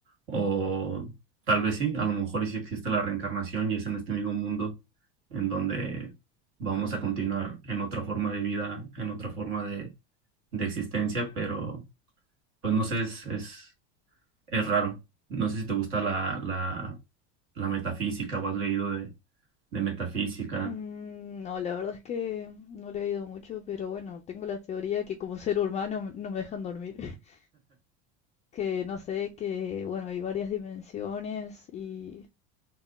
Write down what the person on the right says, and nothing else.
o tal vez sí, a lo mejor y sí existe la reencarnación y es en este mismo mundo en donde vamos a continuar en otra forma de vida, en otra forma de, de existencia, pero pues no sé, es, es, es raro. No sé si te gusta la, la, la metafísica o has leído de, de metafísica.